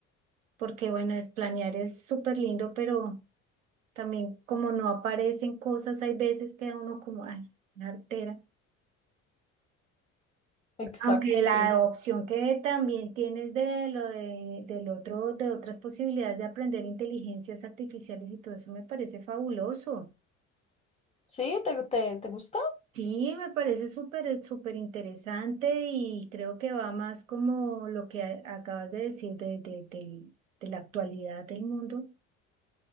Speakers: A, on the right; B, on the left.
A: porque bueno, es planear es súper lindo, pero también como no aparecen cosas, hay veces que uno como, ay, una artera.
B: Exacto,
A: Aunque
B: sí.
A: la opción que también tienes de lo de, del otro, de otras posibilidades de aprender inteligencias artificiales y todo eso me parece fabuloso.
B: ¿Sí? ¿Te, te, te gusta?
A: Sí, me parece súper, súper interesante y creo que va más como lo que a- acabas de decir de, de, del- de la actualidad del mundo